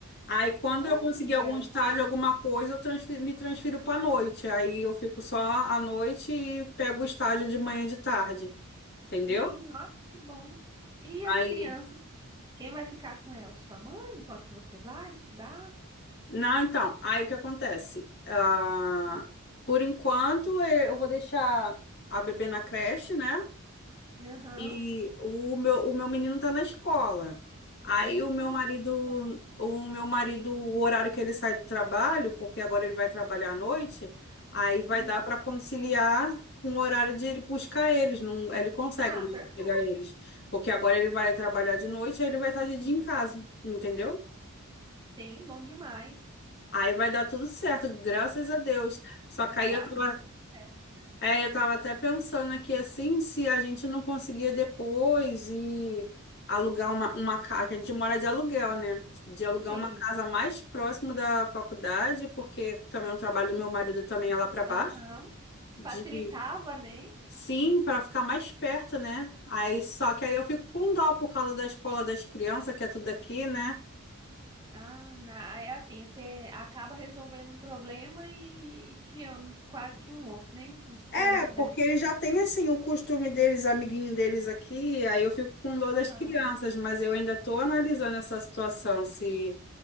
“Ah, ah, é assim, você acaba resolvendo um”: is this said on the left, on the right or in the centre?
Right